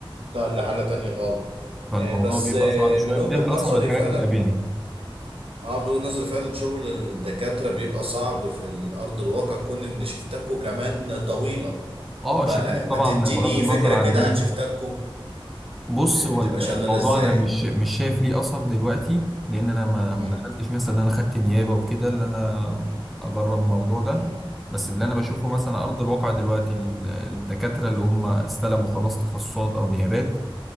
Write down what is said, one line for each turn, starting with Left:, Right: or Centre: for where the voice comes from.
Right: ده لحالة تانية خالص
Centre: فالموضوع
Right: آه، بس
Centre: بيبقى
Right: آه،
Centre: صعب شوية
Right: من وجهة
Centre: ده من أصعب
Right: نظري
Centre: الحاجات
Right: فعلا
Centre: اللي بتقابلني
Right: اه من وجهة نظري فعلا شغل الدكاترة بيبقى صعب في الارض الواقع كون ان شفتكوا كمان طويلة
Centre: اه شيفتات
Right: ما ما
Centre: طبعا
Right: تديني
Centre: بغض النظر
Right: فكرة
Centre: عن
Right: كده
Centre: دي
Right: عن شفتاتكو
Centre: بص
Right: إيه، بتبقى
Centre: هو ال-
Right: شغالة
Centre: الموضوع
Right: ازاي
Centre: أنا مش مش شايف ليه أثر دلوقتي لأن أنا ما ما
Right: مم.
Centre: دخلتش مثلا إن أنا خدت نيابة وكده اللي أنا أجرب الموضوع ده
Right: مم.
Centre: بس اللي أنا بشوفه مثلا على أرض الواقع دلوقتي ال- الدكاترة اللي هم استلموا خلاص تخصصات أو نيابات